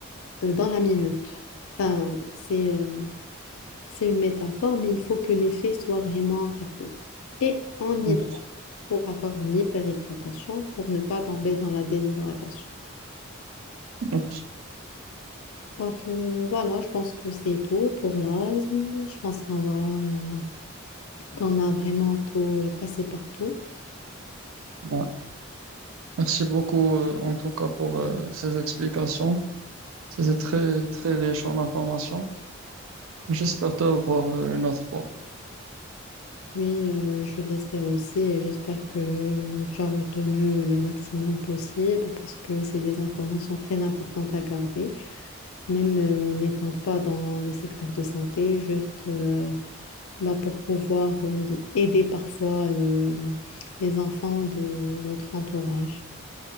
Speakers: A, on the left (about 85°); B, on the right (about 75°).
A: euh, dans la minute. Enfin, c'est euh, c'est une métaphore, mais il faut que l'effet soit vraiment rapide. Et on hydrate.
B: ok,
A: Il faut avoir une hyperhydratation pour ne pas tomber dans la déshydratation.
B: ok.
A: Donc euh, voilà, je pense que c'est tout pour l'asthme. Je pense qu'on va, euh, qu'on a vraiment tout euh, passé partout.
B: Ouais. Merci beaucoup, euh, en tout cas, pour euh, ces explications. C'était très, très riche en informations. J'espère te revoir euh, une autre fois.
A: Oui, euh, je l'espère aussi et j'espère que tu as retenu le maximum possible parce que c'est des informations très importantes à garder, même euh, n'étant pas dans le secteur de santé, juste euh, bah, pour pouvoir euh, aider parfois euh, les enfants de notre entourage.